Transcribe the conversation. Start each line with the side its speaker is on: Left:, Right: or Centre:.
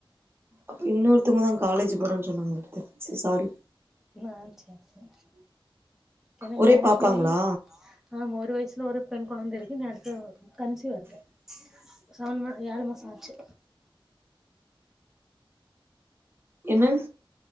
Right: ப்ப இன்னொருத்தங்கதா காலேஜ் போறேன்னு சொன்னாங்க எடுத்து ச சாரி
Centre: நா சரி சரி என்ன
Right: ஒரே
Centre: மேரேஜ்
Right: பாப்பாங்களா
Centre: முடி்ச ஆஹமா ஒரு வயசுல ஒரு பெண் குழந்த இருக்க இன்னு அடுத்து கன்சுவா இருக்கே சவன் மா ஏழு மாசம் ஆச்சு
Right: என்ன